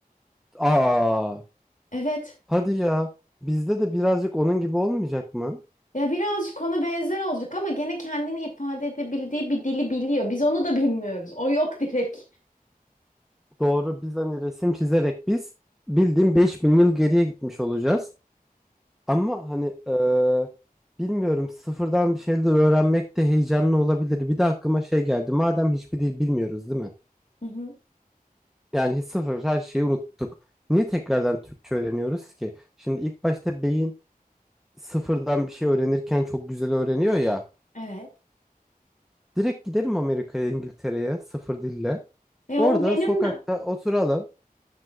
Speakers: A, in the centre; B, on the left.
A: Aa.
B: Evet.
A: Hadi ya bizde de birazcık onun gibi olmayacak mı?
B: Ya birazcık ona benzer olacak ama gene kendini ifade edebildiği bir dili biliyor. Biz onu da bilmiyoruz. O yok direkt.
A: Doğru biz hani resim çizerek biz bildiğin 5000 yıl geriye gitmiş olacağız. Ama hani eee, bilmiyorum sıfırdan bir şeyler öğrenmek de heyecanlı olabilir. Bir de aklıma şey geldi madem hiçbir dil bilmiyoruz değil mi?
B: Hı hı.
A: Yani sıfır her şeyi unuttuk. Niye tekrardan Türkçe öğreniyoruz ki? Şimdi ilk başta beyin sıfırdan bir şey öğrenirken çok güzel öğreniyor ya.
B: Evet.
A: Direkt gidelim Amerika'ya, İngiltere'ye sıfır dille.
B: Ya
A: Orada
B: o benim
A: sokakta
B: de
A: oturalım.